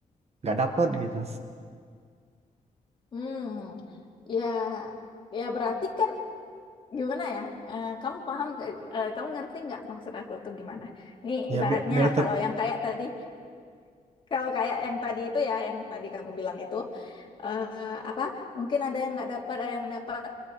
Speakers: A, on the right (about 45°); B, on the left (about 35°).
A: nggak dapat gitu.
B: Hmm, ya, ya berarti kan gimana ya? Eh, kamu paham, nggak- eh, kamu ngerti nggak maksud aku tuh gimana? Nih
A: Ya
B: ibaratnya
A: biar, biar ter-
B: kalau yang kayak tadi, kalau kayak yang tadi itu ya, yang tadi kamu bilang itu eh, apa? Mungkin ada yang nggak dapat, ada yang dapat.